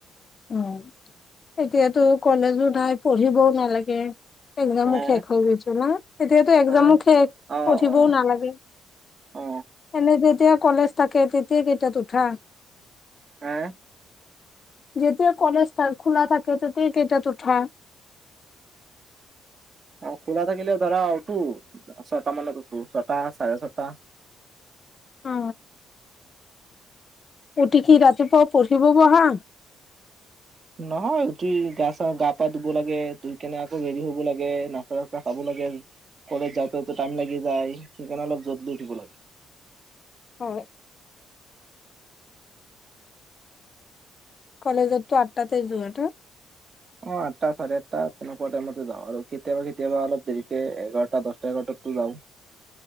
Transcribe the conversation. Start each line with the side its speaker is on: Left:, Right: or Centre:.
Left: অহ, এতিয়াতো কলেজো নাই, পঢ়িবও নালাগে। একজামো
Right: হা
Left: শেষ হৈ গৈছে না, এতিয়াতো একজামো
Right: হা
Left: শেষ।
Right: অ
Left: পঢ়িবও
Right: অ
Left: নালাগে।
Right: অ
Left: এনে যেতিয়া কলেজ থাকে, তেতিয়া কেইটাত উঠা?
Right: হে?
Left: যেতিয়া কলেজ থা খোলা থাকে, তেতিয়া কেইটাত উঠা?
Right: অ খোলা থাকিলে ধৰা উঠো, ছয়টা মানত উঠো। ছটা, চাৰে ছটা
Left: অ, উঠি কি ৰাতিপুৱা পঢ়িব বহা?
Right: নহয় উঠি, গা চা, গা পা ধুব লাগে, ধুই কেনে আকৌ ৰেদি হব লাগে। নাচতা চাচতা খাব লাগে। কলেজ যাওঁতে টাইম লাগি যায়। সেইকাৰনে অলপ জল্দি উঠিব লাগে।
Left: হয়। কলেজতটো আঠটাতে যোৱা নহ
Right: অ আঠটা চাৰে আঠটা তেনেকুৱা টাইমতে যাও আৰু কেতিয়াবা কেতিয়াবা অলপ দেৰিকে এঘাৰটা দহটা এঘাৰটাতো যাওঁ।